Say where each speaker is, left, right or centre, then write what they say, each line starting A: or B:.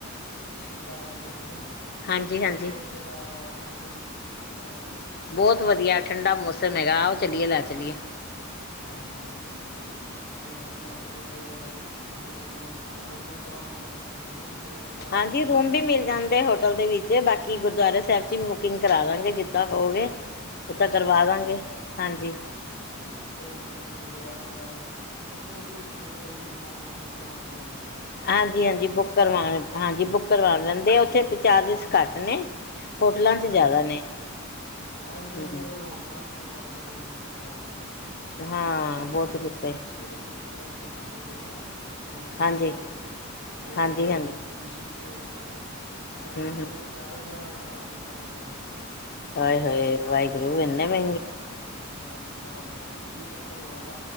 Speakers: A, on the left (about 70°); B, on the left (about 45°).
A: ਸ਼ਿਮਲਾ ਰਹਿੰਦੇ ਨੇ,
B: ਹਾਂਜੀ
A: ਤੇ
B: ਹਾਂਜੀ
A: ਉਥੇ ਇਥੇਦਾ ਮੌਸਮ ਕਿਸ ਤਰ੍ਹਾਂਹ ਦਾ ਹੈ ਟਾਈਮ
B: ਬਹੁਤ ਵਧੀਆ ਠੰਡਾ ਮੌਸਮ ਹੈਗਾ, ਆ ਔ ਚੱਲੀਏ ਲੈ ਚਲੀਏ
A: ਹਾਂਜੀ ਹਾਂਜੀ ਤੇ ਮਤਲਬ ਕਿ ਉੱਥੇ ਰ ਮ ਰੂਮ ਰਾਮ ਮਿਲ ਜਾਣਗੇ ਏ ਬਾਰੇ
B: ਹਾਂਜੀ
A: ਪੁੱਛਣਾ
B: ਰੂਮ
A: ਸੀ
B: ਵੀ ਮਿਲ ਜਾਂਦੇ ਹੋ ਹੋਟਲ ਦੇ ਵਿੱਚ ਏ, ਤੇ ਬਾਕੀ ਗੁਰਦੁਆਰੇ ਸਾਹਿਬ ਚ ਵੀ ਬੁਕਿੰਗ ਕਰਾ ਦਾਂਗੇ ਜਿੱਦਾਂ ਕਹੋਗੇ ਉਹ ਤਾਂ
A: ਅੱਛਾ
B: ਕਰਵਾ
A: ਜੀ,
B: ਦਾਂਗੇ ਹਾਂਜੀ
A: ਅੱਛਾ ਜੀ, ਤੇ ਮਤਲਬ ਕਿ ਗੁਰਦੁਆਰਾ ਸਾਹਿਬ, ਉੱਥੇ ਵੀ ਮਤਲਬ ਕਿ ਰੂਮ ਬੁੱਕ ਕਰਵਾਣੇ ਪੈਣੇ
B: ਹਾਂਜੀ ਹਾਂਜੀ ਬੁੱਕ ਕਰਵਾਉਣ ਹਾਂਜੀ ਬੁੱਕ ਕਰਵਾ ਲੈਂਦੇ, ਉੱਥੇ ਚਾਰਜਿਸ ਘੱਟ ਨੇ ਹੋਟਲਾਂ
A: ਹਾਂਜੀ
B: 'ਚ ਜ਼ਿਆਦਾ
A: ਹਾਂਜੀ
B: ਨੇ
A: ਹਾਂਜੀ ਹਾਂਜੀ
B: ਹੂੰ
A: ਉਹ ਰੋਡ ਹੋਟਲਾਂ ਤੇ ਬਸ ਬੜੀ ਲੁੱਟ ਪਾਈ ਹੋਈ ਹੈ,
B: ਹਾਂ
A: ਐਦਕੀ
B: ਬਹੁਤ ਰੁਪਏ
A: ਪਿੱਛੇ ਪਿਛੇ ਐ ਤੇ ਗਏ ਨੇ ਨਾ ਹੇਮਕੁੰਡ
B: ਹਾਂਜੀ।
A: ਸਾਹਿਬ, ਤੇ
B: ਹਾਂਜੀ-ਹਾਂਜੀ
A: ਰਿਸ਼ੀਕੇਸ਼, ਤੇ ਉੱਥੇ
B: ਹੂੰ-ਹੂੰ
A: ਗਿਆਰਾਂਹ ਗਿਆਰਾਂਹ ਹਜ਼ਾਰ ਰੁਪਏ ਦਾ ਕਮਰਾ ਲਿੱਤਾ
B: ਹਾਏ ਹਾਏ ਵਾਹਿਗੁਰੂ ਇਨੇ ਵੇ
A: ਬਸ ਹਾਂ ਬਲ ਬਸ ਬਸ ਕੀ ਚੱਕਰ ਹੋਇਆ,